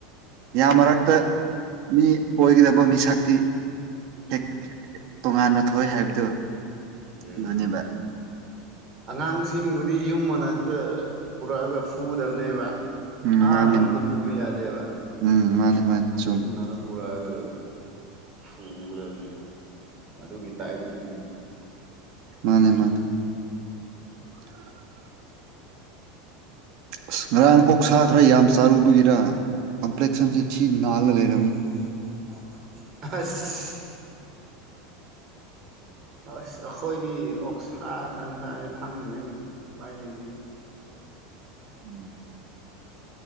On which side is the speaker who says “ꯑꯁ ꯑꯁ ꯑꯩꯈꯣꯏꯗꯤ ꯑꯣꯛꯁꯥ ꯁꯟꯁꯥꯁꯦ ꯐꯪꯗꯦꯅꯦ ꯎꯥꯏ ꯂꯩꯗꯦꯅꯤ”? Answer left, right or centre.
Right